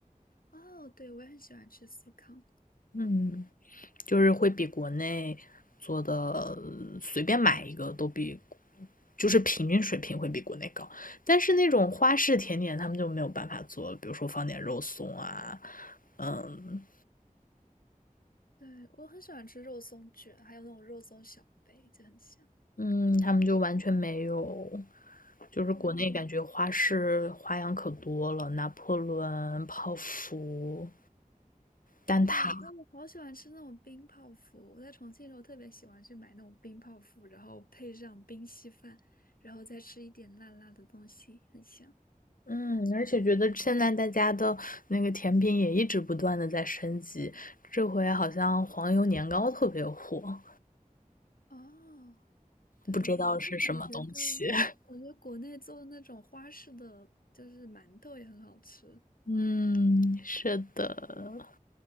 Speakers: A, on the left; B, on the left.
A: 哦，对，我也很喜欢吃司康，
B: 嗯。就是会比国内做的随便买一个都比，就是平均水平会比国内高。但是那种花式甜点他们就没有办法做了比如说放点肉松啊，嗯
A: 对，我很喜欢吃肉松卷，还有那种肉松小杯，就很香。
B: 嗯，他们就完全没有。就是国内感觉花式花样可多了，
A: 对，
B: 拿破仑、泡芙、蛋挞
A: 对，然后我好喜欢吃那种冰泡芙。我在重庆的时候特别喜欢去买那种冰泡芙，然后配上冰稀饭，然后再吃一点辣辣的东西，很香。
B: 嗯，而且觉得现在大家的那个甜品也一直不断的在升级，这回好像黄油年糕特别火，
A: 哦，对，
B: 不知道是什么东西。
A: 而且我觉得，
B: <laughs>
A: 我觉得国内做的那种花式的就是馒头也很好吃。
B: 嗯，是的，